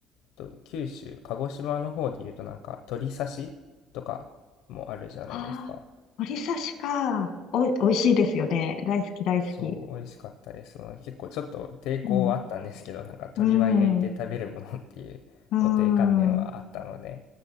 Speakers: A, on the left (about 75°); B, on the left (about 60°).
A: あと九州、鹿児島の方で言うとなんか鳥刺しとかもあるじゃないですか。
B: あ、ああ、鶏刺しか。お、美味しいですよね。大好き、大好き。
A: そう、美味しかったです。まあ結構ちょっと抵抗はあったんですけど、
B: うん。
A: なんか鶏は焼いて食べるものっていう固定観念はあったので、
B: うん。うん。